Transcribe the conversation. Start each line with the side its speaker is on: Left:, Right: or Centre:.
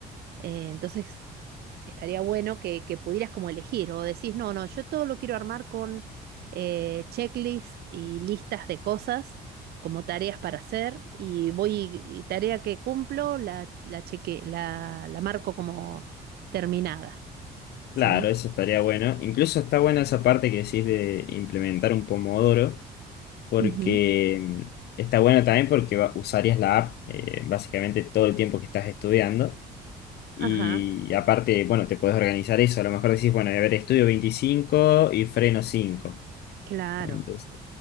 Right: Eh, entonces, estaría bueno que, que pudieras como elegir o decís, no, no, yo todo lo quiero armar con eh, checklist y listas de cosas como tareas para hacer y voy, y tarea que cumplo, la, la cheque, la, la marco como terminada, ¿sí?
Left: Claro, eso estaría bueno. Incluso está buena esa parte que decís de implementar un pomodoro, porque
Right: Ujú.
Left: mm, está bueno también porque va- usarías la app eh, básicamente todo el tiempo que estás estudiando. Y
Right: Ajá,
Left: aparte, bueno, te puedes organizar eso. A lo mejor decís, bueno, a ver, estudio 25 y freno cinco
Right: claro.
Left: Entonces,